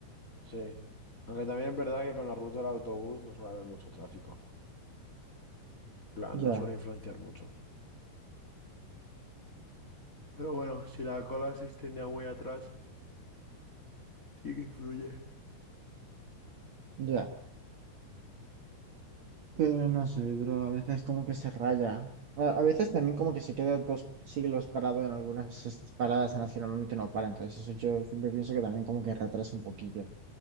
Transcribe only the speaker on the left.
Sí. Aunque también es verdad que con la ruta del autobús no suele haber mucho tráfico. En plan,
no suele influenciar mucho. Pero bueno, si la cola se extendía muy atrás, sí que influye.